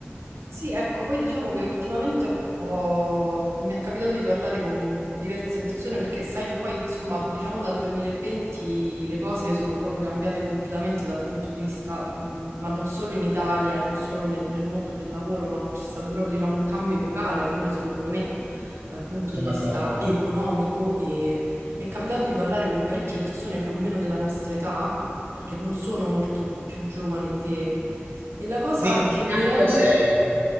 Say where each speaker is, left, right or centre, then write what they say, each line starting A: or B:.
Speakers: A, on the right (about 80°); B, on the right (about 60°).
A: Sì, ecco, poi diciamo che ultimamente ho- ho- mi è capitato di parlare con diverse persone perché, sai, poi insomma, diciamo dal 2020 le cose sono proprio cambiate completamente dal punto di vista, mh, ma non solo in Italia e non solo nel, nel mondo del lavoro, ma c'è stato proprio, diciamo, un cambio epocale, almeno secondo me, dal punto
B: Sono
A: di vista
B: d'accordo.
A: economico e mi è capitato di parlare con parecchie persone più o meno della nostra età, perché non sono molto più giovane di te. E la cosa
B: Di, di
A: che
B: che
A: mi
B: anno
A: rendo
B: sei tu?